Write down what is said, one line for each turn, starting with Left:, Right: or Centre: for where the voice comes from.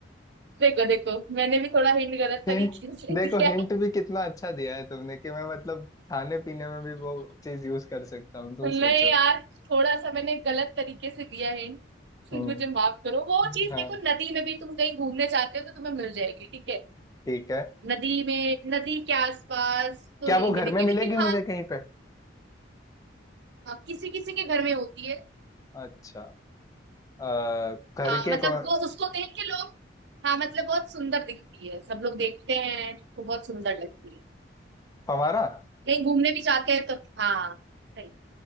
Right: देखो देखो मैंने भी थोड़ा हिंट गलत
Left: हिंट
Right: तरीके से
Left: देखो
Right: दिया
Left: हिंट भी कितना अच्छा दिया है तुमने कि मैं मतलब खाने पीने में भी वो चीज यूज कर सकता हूँ तुम
Right: नहीं
Left: सोचो
Right: यार थोड़ा सा मैंने गलत तरीके से दिया हिंट
Left: हम्म
Right: मुझे माफ करो वो चीज
Left: हाँ
Right: देखो नदी में भी तुम कहीं घूमने जाते हो तो तुम्हें मिल जाएगी ठीक है
Left: ठीक है
Right: नदी में नदी के आसपास तो
Left: क्या
Right: नहीं
Left: वो घर
Right: मिलेगी
Left: में मिलेगी
Right: लेकिन हाँ
Left: मुझे कहीं पे
Right: किसी किसी के घर में होती है
Left: अच्छा अ, घर
Right: हाँ
Left: के
Right: मतलब
Left: कौन
Right: वो उसको देख के लोग हाँ मतलब बहुत सुंदर दिखती है सब लोग देखते हैं तो बहुत सुंदर लगती है
Left: हमारा
Right: कहीं घूमने भी जाते हैं तो हाँ सही